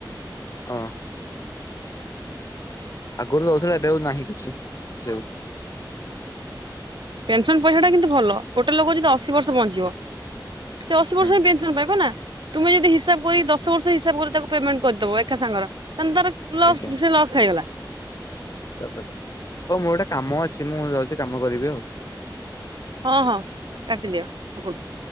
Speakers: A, on the left; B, on the right.
A: ହଁ। ଆଗରୁ ରହୁଥିଲା ଏବେ ଆଉ ନାହିଁ କିଛି । ଯେଉ
B: ପେନସନ ପଇସା ଟା କିନ୍ତୁ ଭଲ ଗୋଟେ ଲୋକ ଯଦି ଅଶୀ ବର୍ଷ ବଞ୍ଚିବ। ସେ ଅଶୀ
A: ହୁଁ
B: ବର୍ଷ ପେସନ ପାଇବ ନା। ତୁମେ ଯଦି ହିସାବ କରି ଦଶ ବର୍ଷ ହିସାବ କରି ତାକୁ ପେମେଣ୍ଟ କରିଦବ ଏକା ସାଙ୍ଗର। ତା ତାର ଲସ୍
A: ଆଜ୍ଞା
B: ସେ ଲସ୍ ଖାଇଗଲା।
A: କଥା <inaudible> ହଉ ମୋର ଗୋଟେ କାମ ଅଛି ମୁଁ ଯାଉଛି କାମ କରିବି ଆଉ।
B: ହଁ ହଁ କାଟିଦିଅ ସେପଡୁ।